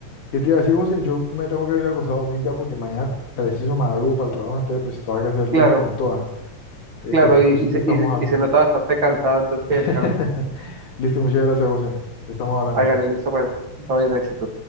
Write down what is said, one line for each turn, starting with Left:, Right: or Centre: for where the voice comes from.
Left: yo te iba a decir, José, yo me tengo que ir acostado a dormir ya porque mañana preciso madrugo para el trabajo, entonces pues tengo que hacerle
Right: claro,
Left: con toda. Entonces,
Right: claro,
Left: cualquier
Right: y,
Left: cosita
Right: y se,
Left: estamos
Right: y se
Left: hablando.
Right: y se nota bastante cansado, entonces
Left: <laughs>
Right: que descanse.
Left: Listo, muchas gracias, José. Te estamos hablando.
Right: Hágale, listo, pues, todo bien, éxito.